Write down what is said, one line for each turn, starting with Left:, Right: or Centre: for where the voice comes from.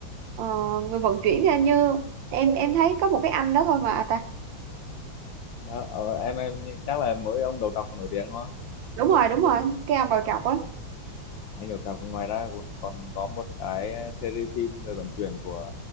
Right: Ờ, người vận chuyển thì hình như em em thấy có một cái anh đó thôi mà à, ta
Left: đó ờ, em em chắc là mỗi ông đầu trọc còn nổi tiếng đúng không
Right: đúng rồi đúng rồi cái ông đầu trọc á
Left: anh đầu trọc ngoài ra còn còn có một cái series phim người vận chuyển của